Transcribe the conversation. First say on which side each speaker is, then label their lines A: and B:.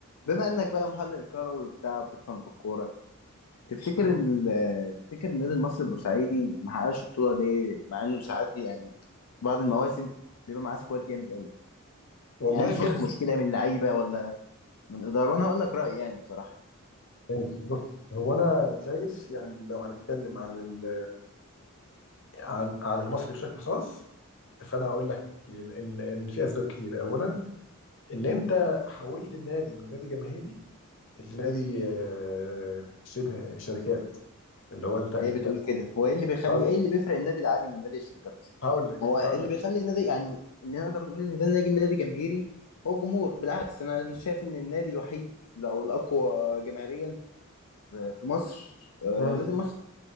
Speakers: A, on the left; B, on the left.
A: بما انك بقى محلل كروي وبتاع وبتفهم في الكوره تفتكر <laughs> ان ال- تفتكر النادي المصري البورسعيدي ما حققش بطوله ليه مع انه ساعات بي- يعني في بعض المواسم بيبقى معاه سكواد جامد قوي
B: والله
A: يعني انت
B: بص
A: شايف مشكله من لعيبه ولا من اداره وانا هقول لك رايي يعني بصراحه
B: ماشي بص هو انا شايف يعني لو هنتكلم عن ال عن عن المصري بشكل خاص فانا هقول لك ان ان في اسباب كتيره اولا ان انت حولت النادي من نادي جماهيري لنادي آه، شبه شركات اللي هو انت انت
A: ليه بتقول كده هو ايه اللي بيخلي
B: هقول
A: ايه اللي بيفرق النادي العادي من نادي الشركات اصلا
B: هقول لك
A: هو إيه
B: هقول
A: اللي
B: لك
A: بيخلي النادي يعني اللي نقدر نقول ان ده نادي نادي جماهيري هو الجمهور بالعكس انا أنا شايف ان النادي الوحيد او الاقوى جماهيريا في في مصر آه،
B: مم.
A: نادي مصر